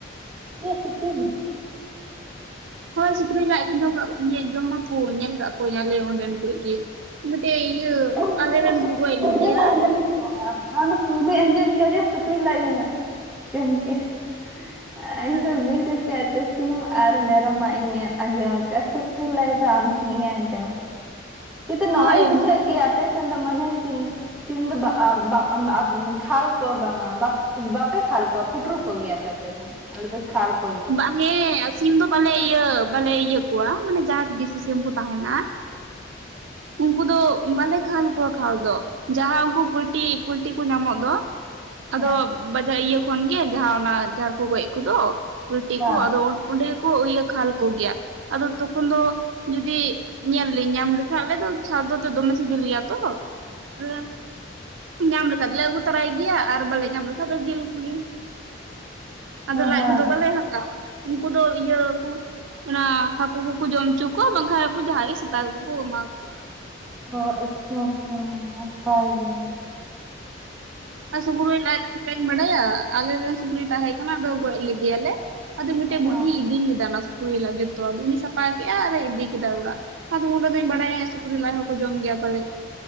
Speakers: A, in the centre; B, on the right.
A: <inaudible> ᱥᱩᱛᱤᱞ
B: ᱦᱳᱭ ᱥᱩᱠᱨᱤ ᱞᱟᱡ ᱠᱚ <unintelligible> ᱡᱚᱢᱟ ᱠᱚ ᱧᱮᱞ ᱠᱟᱫ ᱠᱚᱣᱟᱹᱧ ᱟᱞᱮ ᱚᱸᱰᱮᱱ ᱠᱩᱡ ᱜᱮ ᱾ ᱢᱮᱴᱮᱡ ᱤᱭᱟᱹ
A: ᱱᱚᱣᱟ
B: ᱟᱞᱮ ᱨᱮᱱ
A: ᱫᱚ
B: ᱠᱚ ᱜᱚᱡ
A: ᱯᱳᱭᱞᱳᱧ
B: ᱞᱮᱫᱤᱭᱟ ᱾
A: <unintelligible> ᱚᱱᱟ ᱫᱚ ᱯᱩᱭᱞᱩᱧ ᱟᱸᱡᱚᱢ ᱠᱮ ᱥᱩᱠᱨᱤ ᱞᱟᱡ ᱦᱚᱸ <unintelligible> ᱡᱚᱢ ᱜᱮᱭᱟ ᱾ ᱤᱧ
B: ᱦᱮᱸ
A: ᱫᱚ ᱵᱤᱥᱮᱥ ᱠᱟᱹᱭᱛᱮ ᱥᱤᱢ, ᱟᱨ ᱢᱮᱹᱨᱚᱢᱟᱜ ᱟᱸᱡᱚᱢ ᱟᱠᱟᱫ-ᱟ, ᱥᱩᱠᱨᱤ ᱞᱟᱡ ᱛᱚ ᱟᱢ ᱴᱷᱮᱱ ᱜᱮᱧ ᱟᱸᱡᱚᱢ ᱠᱮᱫ, ᱠᱤᱱᱛᱩ
B: ᱦᱳᱭ
A: ᱱᱚᱣᱟᱧ ᱵᱩᱡᱷᱟᱹᱣ ᱠᱮᱫᱟ ᱟᱯᱮ ᱥᱮᱱ ᱫᱚ ᱢᱟᱱᱮ ᱥᱤᱢ ᱥᱤᱢ ᱫᱚ ᱵᱟᱝ ᱟᱸ <unintelligible> ᱠᱷᱟᱞ ᱠᱚ ᱵᱟᱝᱟ ᱵᱟᱯᱮ ᱠᱷᱟᱞ ᱠᱚᱣᱟ ᱯᱩᱴᱩᱨ ᱠᱚ ᱜᱮᱭᱟᱯᱮ ᱟᱯᱮ ᱫᱚ, ᱟᱞᱮ ᱫᱚ ᱠᱷᱟᱞ ᱾
B: ᱵᱟᱝ ᱜᱮ ᱥᱤᱢ ᱫᱚ ᱵᱟᱞᱮ ᱤᱭᱟᱹ ᱵᱟᱞᱮ ᱤᱭᱟᱹ ᱠᱚᱣᱟ ᱢᱟᱱᱮ ᱡᱟᱦᱟᱸ ᱫᱮᱥᱤ ᱥᱤᱢ ᱠᱚ ᱛᱟᱦᱮᱱᱟ ᱩᱠᱩ ᱫᱚ ᱵᱟᱞᱮ ᱠᱷᱟᱞ ᱠᱚᱣᱟ ᱠᱷᱟᱞ ᱫᱚ, ᱡᱟᱦᱟᱸ ᱩᱱᱠᱩ ᱯᱚᱞᱴᱤ ᱯᱩᱞᱴᱤ ᱠᱚ ᱧᱟᱢᱚᱜ ᱫᱚ ᱟᱫᱚ
A: ᱦᱮᱸ
B: ᱵᱟᱡᱟᱨ ᱤᱭᱟᱹ ᱠᱷᱚᱱᱜᱮ ᱡᱟᱦᱟᱸ ᱚᱱᱟ ᱡᱟᱦᱟ ᱨᱮ ᱠᱚ ᱜᱚᱡ ᱠᱚᱫᱚ ᱯᱚᱞᱴᱤ
A: ᱦᱮᱸ
B: ᱠᱚ ᱟᱫᱚ ᱚᱸᱰᱮ ᱜᱮᱹᱠᱚ ᱤᱭᱟᱹ ᱠᱷᱟᱞ ᱠᱚᱜᱮᱭᱟ, ᱟᱫᱚ ᱛᱚᱠᱷᱚᱱ ᱫᱚ ᱡᱩᱫᱤ ᱧᱮᱞ ᱞᱤᱧ ᱧᱟᱢ ᱞᱮᱠᱷᱟᱡ ᱟᱞᱮ ᱫᱚ ᱥᱟᱹᱫᱚ ᱫᱚ ᱮᱛᱮ ᱫᱚᱸᱢᱮ ᱥᱤᱵᱤᱞ ᱜᱮᱭᱟ ᱛᱚ ᱾ ᱴᱛᱟᱦᱞᱮ ᱧᱟᱢ ᱞᱮᱹᱠᱷᱟᱡ ᱫᱚᱞᱮ ᱟᱹᱜᱩ ᱛᱚᱨᱟᱭ ᱜᱮᱭᱟ ᱟᱨ ᱵᱟᱞᱮ ᱧᱟᱢ ᱞᱮᱠᱷᱟᱡ ᱫᱚ ᱡᱤᱞ ᱠᱚᱜᱮ ᱾ ᱟᱸᱫᱚ ᱞᱟᱡ
A: ᱦᱮᱸ
B: ᱠᱚᱹᱫᱚ ᱵᱟᱞᱮ ᱦᱟᱛᱟᱣᱟ, ᱩᱱᱠᱩ ᱫᱚ ᱤᱭᱟᱹ ᱠᱚ ᱚᱱᱟ ᱦᱟᱹᱠᱩ ᱠᱚ ᱠᱩ ᱡᱚᱢ ᱚᱪᱩ ᱠᱚᱣᱟ ᱵᱟᱝ ᱠᱷᱟᱡ <unintelligible> ᱩᱱᱠᱩ ᱡᱟᱦᱟᱭ ᱜᱮ ᱥᱮᱛᱟ ᱠᱚᱜᱮ ᱥᱮᱛᱟ ᱠᱚ ᱜᱮ ᱮᱢᱟ ᱠᱚᱸᱣᱟ ᱾
A: ᱚ ᱟᱪᱷᱟ ᱟᱪᱪᱷᱟ, ᱱᱟᱯᱟᱭ ᱜᱮ ᱾
B: ᱟᱨ ᱥᱩᱠᱨᱤ ᱞᱟᱡ ᱪᱟᱹᱠᱟᱧ ᱵᱟᱹᱰᱟᱭᱟ ᱟᱞᱮᱨᱮᱱ ᱥᱩᱠᱨᱤ ᱛᱟᱦᱮᱸ ᱠᱟᱱᱟ ᱟᱫᱚ ᱜᱚᱡ ᱞᱮᱫᱮᱭᱟ ᱞᱮ᱾ ᱟᱫᱚ ᱢᱤᱫᱴᱮᱜ
A: ᱵᱟ
B: ᱵᱩᱲᱦᱤ ᱤᱫᱤ ᱞᱮᱫᱟ ᱚᱱᱟ ᱥᱩᱠᱨᱤ <unintelligible> ᱡᱚᱛᱚ ᱟᱫᱚ ᱩᱱᱤ ᱥᱟᱯᱷᱟ ᱠᱮᱜᱼᱟ ᱟᱨᱮ ᱤᱫᱤ ᱠᱮᱫᱟ ᱚᱲᱟᱜ᱾ ᱟᱫᱚ ᱩᱱᱤ ᱨᱮᱫᱚᱧ ᱵᱟᱲᱟᱭᱟ ᱥᱩᱠᱨᱤ ᱞᱟᱡ ᱦᱚᱸᱠᱚ ᱡᱚᱢ ᱜᱮᱭᱟ ᱯᱟᱞᱮᱜ